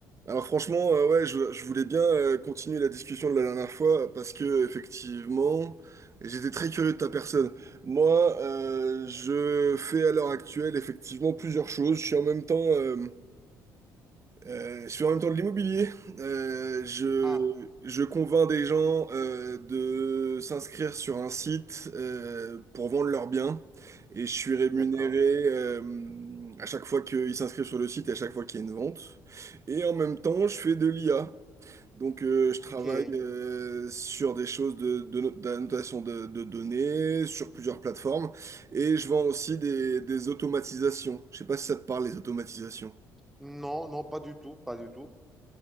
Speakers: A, on the right; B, in the centre.
A: Alors franchement, euh, ouais, je, je voulais bien euh, continuer la discussion de la dernière fois parce que effectivement, j'étais très curieux de ta personne. Moi, euh, je fais à l'heure actuelle effectivement plusieurs choses. Je suis en même temps euh, euh, je suis en même temps de l'immobilier. Euh, je,
B: Ah,
A: je convainc des gens euh, de s'inscrire sur un site euh, pour vendre leurs biens et je suis rémunéré
B: d'accord.
A: euh, à chaque fois qu'ils s'inscrivent sur le site et à chaque fois qu'il y a une vente. Et en même temps, je fais de l'IA. Donc, euh, je
B: Ok.
A: travaille euh, sur des choses de, de, no- d'annotation de, de données, sur plusieurs plateformes et je vends aussi des, des automatisations. Je sais pas si ça te parle, les automatisations.
B: Non, non, pas du tout, pas du tout.